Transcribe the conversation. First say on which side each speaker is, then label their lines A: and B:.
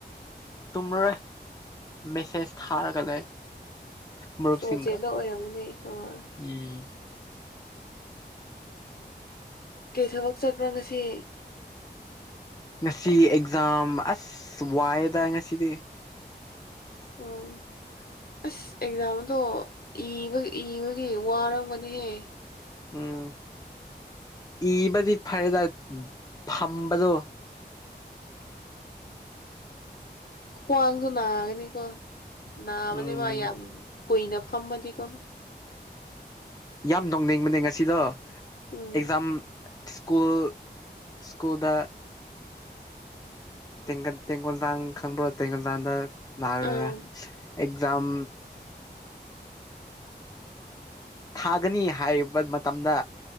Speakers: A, on the left; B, on the left.
A: ꯇꯨꯝꯔꯣꯏ ꯃꯦꯁꯦꯖ ꯊꯥꯔꯒ ꯂꯩ ꯃꯔꯨꯞꯁꯤꯡꯒ
B: ꯑꯁ ꯋꯥꯆꯦꯞꯇ ꯑꯣꯏꯔꯝꯒꯅꯤ ꯍꯣꯏ
A: ꯎꯝ
B: ꯀꯩ ꯊꯕꯛ ꯆꯠꯄ꯭ꯔꯣ ꯉꯁꯤ
A: ꯉꯁꯤ ꯑꯦꯛꯖꯥꯝ ꯑꯁ ꯋꯥꯏꯑꯗ ꯉꯁꯤꯗꯤ
B: ꯑꯣ ꯑꯁ ꯑꯦꯛꯖꯥꯝꯗꯣ ꯏꯕ ꯏꯕꯒꯤ ꯋꯥꯔꯝꯒꯅꯤꯍꯦ
A: ꯎꯝ ꯏꯕꯗꯤ ꯐꯔꯦꯗ ꯐꯝꯕꯗꯣ
B: ꯈ꯭ꯋꯥꯡꯁꯨꯅꯥꯒꯅꯤꯀꯣ ꯅꯥꯕꯅꯦꯕ
A: ꯎꯝ
B: ꯌꯥꯝ ꯀꯨꯏꯅ ꯐꯝꯃꯗꯤ ꯀꯣ
A: ꯌꯥꯝ ꯅꯣꯛꯅꯤꯡꯕꯅꯦ ꯉꯁꯤꯗꯣ
B: ꯎꯝ
A: ꯑꯦꯛꯖꯥꯝ ꯁꯀꯨ ꯁ꯭ꯀꯨꯜꯗ ꯇꯦꯡ ꯇꯦꯡꯒꯣꯟ ꯆꯥꯡ ꯈꯪꯕ꯭ꯔꯣ ꯇꯦꯡꯒꯣꯟꯜ ꯆꯥꯡꯗ ꯅꯥꯔ
B: ꯑꯥ
A: ꯑꯦꯛꯖꯥꯝ ꯊꯥꯒꯅꯤ ꯍꯥꯏꯔꯤꯕ ꯃꯇꯝꯗ